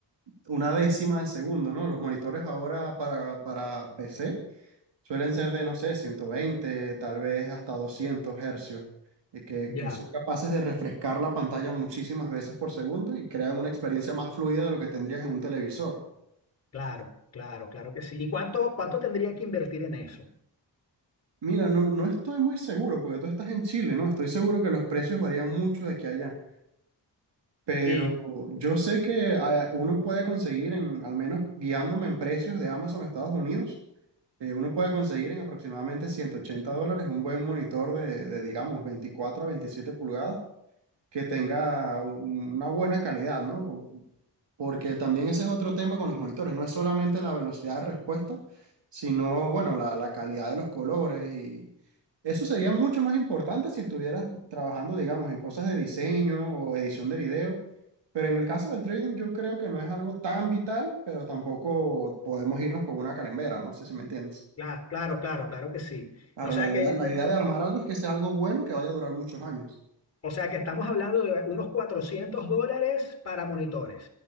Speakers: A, on the right (about 75°); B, on the left (about 35°).
A: una décima de segundo, ¿no? Los monitores ahora para, para PC. Suelen ser de, no sé, 120 tal vez hasta 200 hercios, y que,
B: Ya,
A: que son capaces de refrescar la pantalla muchísimas veces por segundo y crean una experiencia más fluida de lo que tendrías en un televisor.
B: claro, claro, claro que sí. ¿Y cuánto, cuánto tendría que invertir en eso?
A: Mira, no, no estoy muy seguro, porque tú estás en Chile, ¿no? Estoy seguro que los precios varían mucho de aquí a allá, pero
B: Sí.
A: yo sé que ah, uno puede conseguir, en, al menos guiándome en precios de Amazon Estados Unidos, eh, uno puede conseguir en aproximadamente 180 dólares un buen monitor de, de, digamos, 24 a 27 pulgadas que tenga un- una buena calidad, ¿no? Porque también ese es otro tema con los monitores, no es solamente la velocidad de respuesta, sino, bueno, la, la calidad de los colores y eso sería mucho más importante si estuvieras trabajando, digamos, en cosas de diseño o edición de video, pero en el caso del trading yo creo que no es algo tan vital, pero tampoco podemos irnos con una carembera, no sé si me entiendes.
B: Claro, claro, claro, claro que sí.
A: Ahora,
B: O sea
A: la idea,
B: que,
A: la idea de armar algo es que sea algo bueno que vaya a durar muchos años.
B: o sea que estamos hablando de unos 400 dólares para monitores.